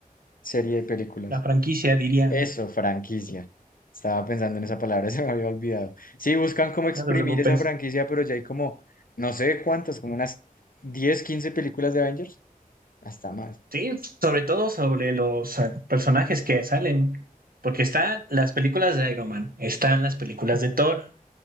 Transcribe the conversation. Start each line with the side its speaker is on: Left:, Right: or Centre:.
Left: serie de películas.
Right: La franquicia, diría,
Left: Eso,
Right: no
Left: franquicia. Estaba pensando en esa palabra, <laughs> se me había olvidado. Sí, buscan como exprimir
Right: te preocupes.
Left: esa franquicia, pero ya hay como, no sé cuántas, como unas 10 15 películas de Avengers, hasta más.
Right: Sí, sobre todo sobre los eh, personajes que salen, porque están las películas de Iron Man, están las películas de Thor,